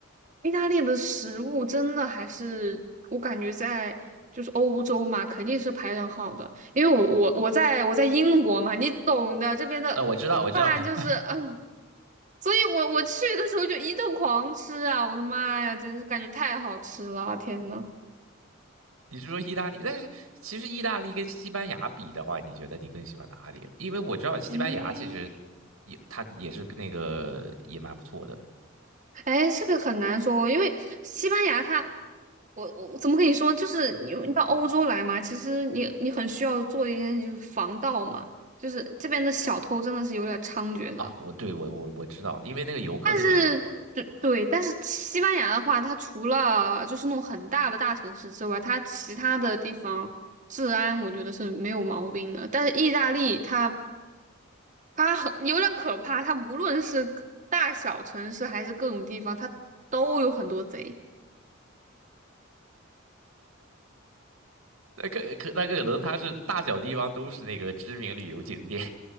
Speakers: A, on the right; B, on the right.
A: 意大利的食物真的还是我感觉在就是欧洲嘛，肯定是排上号的。因为我我我在我在英国嘛，你懂的，这边的
B: 那我知道，我知道，
A: 饭就是，
B: 我知道，
A: 嗯，所以我我去的时候就一顿狂吃啊！我的妈呀，真是感觉太好吃了，天呐！
B: 你是说意大利？但是其实意大利跟西班牙比的话，你觉得你更喜欢哪里？因为我知道西班牙其实
A: 哎
B: 也，它也是那个也蛮不错的
A: 哎，这个很难说，因为西班牙它我我怎么跟你说？就是你你到欧洲来嘛，其实你你很需要做的一件事就是防盗嘛，就是这边的小偷真的是有点猖獗的。
B: 啊。我对我我我知道，因为那个游客特别多，
A: 但是对对，但是西班牙的话，它除了就是那种很大的大城市之外，它其他的地方治安我觉得是没有毛病的。但是意大利它它很有点可怕，它无论是大小城市还是各种地方，它都有很多贼。
B: 那个可那个可能它是大小地方都是那个知名旅游景点